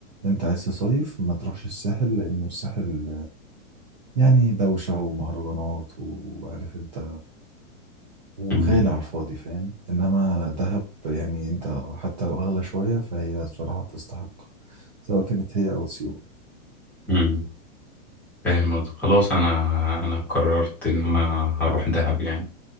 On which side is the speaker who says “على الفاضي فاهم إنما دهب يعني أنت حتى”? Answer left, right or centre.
Right